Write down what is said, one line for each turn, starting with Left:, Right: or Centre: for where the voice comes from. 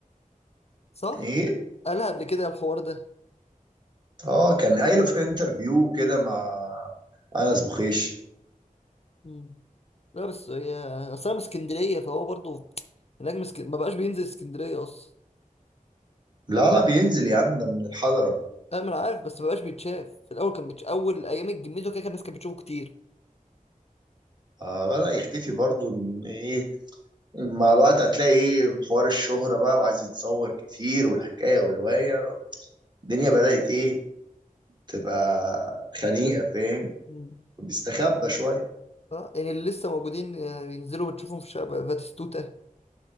Left: صح؟
Right: ايه
Left: قالها قبل كده الحوار ده
Right: اه كان قايله في انترفيو كده مع انس بخيش
Left: مم. لا بس هي اصل انا من اسكندريه فهو برضه هناك من اسك- ما بقاش بينزل اسكندريه اصلا
Right: لا لا بينزل يا عم ده من الحضره
Left: انا ما أنا عارف بس ما بقاش بيتشاف في الاول كان بيتش... اول ايام الجميزه كده كان الناس كانت بتشوفه كتير
Right: آه بدأ يختفي برضه إن ايه مع الوقت هتلاقي ايه حوار الشهره بقى وعايز يتصور كتير والحكايه والروايه الدنيا بدأت ايه تبقى خنيقه فاهم
Left: مم.
Right: بيستخبى شويه
Left: اه يعني اللي لسه موجودين آه، بينزلوا بتشوفهم في الشارع باتيستوتا